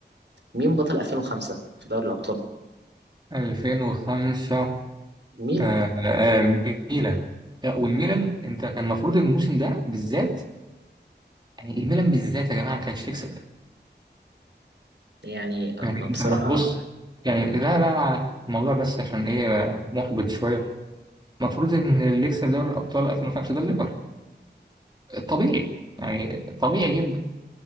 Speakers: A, on the right; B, on the right.
A: مين بطل 2005 في دوري الأبطال
B: 2005
A: ميلان
B: آه آه الميلان آه، والميلان أنت كان المفروض الموسم ده بالذات يعني الميلان بالذات يا جماعة ما كانتش تكسب
A: يعني أما
B: يعني
A: بصراحة
B: أنت ما تبص يعني لا لا الموضوع بس عشان إيه محبط شوية المفروض إن اللي يكسب دوري الأبطال 2005 ده الليفر طبيعي يعني طبيعي جدا